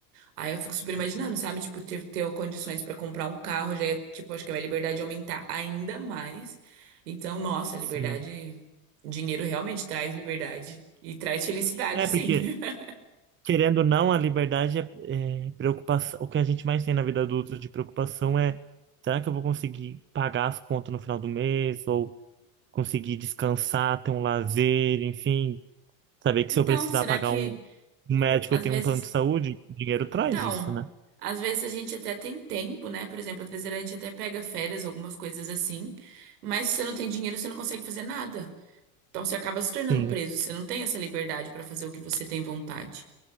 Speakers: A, on the right (about 80°); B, on the right (about 25°).
A: Aí eu fico super imaginando, sabe? Tipo, ter, ter condições pra comprar um carro já é, tipo, acho que a minha liberdade ia aumentar ainda mais. Então, nossa, liberdade,
B: sim.
A: dinheiro realmente traz liberdade e traz felicidade,
B: É
A: sim.
B: porque
A: <laughs>
B: querendo ou não, a liberdade é, é preocupação. O que a gente mais tem na vida adulta de preocupação é: será que eu vou conseguir pagar as contas no final do mês? Ou conseguir descansar, ter um lazer, enfim. Saber que
A: Então,
B: se eu precisar
A: será
B: pagar
A: que
B: um, um médico,
A: às
B: eu tenho
A: vezes,
B: um plano de saúde, dinheiro traz
A: então,
B: isso, né?
A: às vezes a gente até tem tempo, né? Por exemplo, às vezes a gente até pega férias, algumas coisas assim, mas se você não tem dinheiro, você não consegue fazer nada. Então, você acaba se tornando
B: Sim,
A: preso, você não tem essa liberdade pra fazer o que você tem vontade.